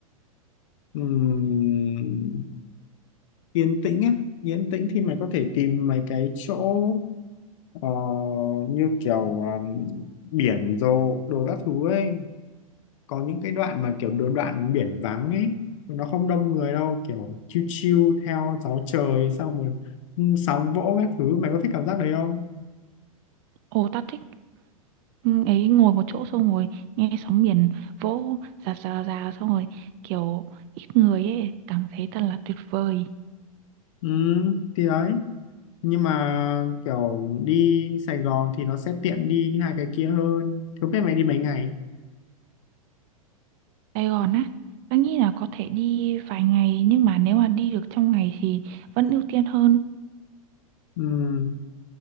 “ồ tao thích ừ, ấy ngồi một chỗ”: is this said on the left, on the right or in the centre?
Right